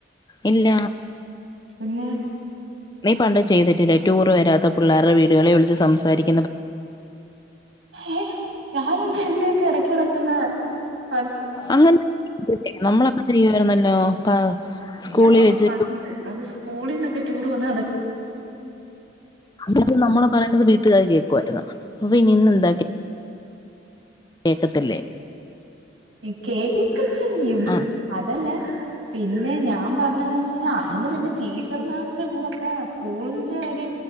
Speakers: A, on the left; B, on the right.
A: ഇല്ല
B: പിന്നെ
A: നീ പണ്ട് ചെയ്തിട്ടില്ലേ ടൂർ വരാ ത്തെ പിള്ളേരുടെ വീടുകളെ വിളിച്ച് സംസാരിക്കും
B: ഏ ഞാന എന്താ ഇന്റെയൊക്കെ ഇടക്കുള്ള <unintelligible>
A: അങ്ങനെ നമ്മളൊക്കെ ചെയ്യുമായിരുന്നല്ലോ പ സ്കൂളിൽ
B: ഇയാ
A: വെച്ച്
B: പണ്ട് അത് സ്കൂളിന്നൊക്കെ ടൂറ് വന്നാ അത
A: അത് നമ്മള് പറയുന്നത് വീട്ടുകാർ കേൾക്കുമായിരുന്നു അപ്പൊ ഇനിയിന്ന് എന്താക്കി കേക്കത്തില്ലേ
B: ഈ കേക്ക് ഒക്കെ ചെയ്യും
A: ആഹ്
B: അതല്ല പിന്നെ ഞ ഞാൻ പറഞ്ഞതെന്ന് വെച്ച് കഴിഞ്ഞാ അന്ന് പിന്നെ തീ ടീച്ചർമാരുടെ കൂടൊക്കെ സ്കൂളിന്റെ ഒര്